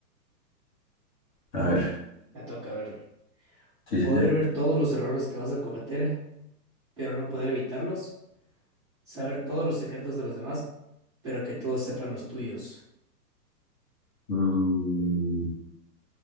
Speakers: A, on the left; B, on the right.
A: A ver,
B: me toca ver.
A: sí,
B: Poder
A: sí, sí.
B: ver todos los errores que vas a cometer, pero no poder evitarlos. Saber todos los secretos de los demás, pero que todos sepan los tuyos.
A: Mm,